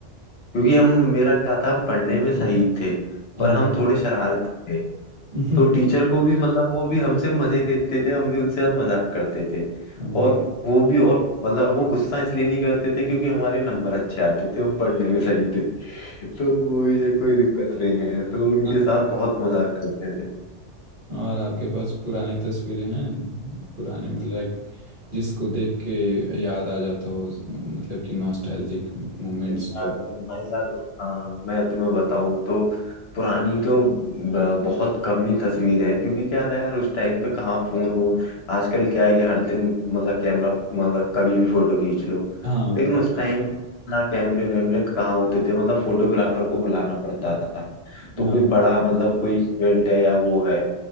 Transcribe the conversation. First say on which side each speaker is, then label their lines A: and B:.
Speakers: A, on the left (about 60°); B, on the right (about 45°).
A: क्योंकि हम मेरा क्या था हम पढ़ने में सही थे
B: हाँ
A: पर हम
B: हाँ,
A: थोड़े शरारती थे
B: <laughs>
A: तो टीचर को भी मतलब वो भी हमसे मजे लेते थे हम भी उनसे मजाक करते थे
B: हाँ,
A: और वो भी और मतलब वो गुस्सा इसलिए नहीं करते थे क्योंकि हमारे नंबर अच्छे आते थे हम पढ़ने में सही थे तो वो भी जो कोई दिक्कत नहीं है तो उनके
B: आपको-
A: साथ बहुत मजाक करते थे
B: और आपके पास पुरानी तस्वीरें हैं पुराने मतलब लाइक जिसको देख के याद आ जाता हो मतलब कि नॉस्टैल्जिक मोमेंट्स
A: भाई यार
B: जो
A: भाई यार हाँ मैं तुम्हें बताऊँ तो पुरानी तो ब- बहुत कम ही तस्वीर है क्योंकि क्या था यार उस टाइम पे कहाँ फोन वोन आजकल क्या है कि हर दिन मतलब कैमरा मतलब कभी भी फोटो खींच लो
B: हाँ वो
A: लेकिन
B: तो
A: उस टाइम पे ना कैमरे वैमरे कहाँ होते थे मतलब फोटोग्राफर को बुलाना पड़ता था तो
B: हाँ
A: कोई बड़ा मतलब कोई इवेंट है या वो है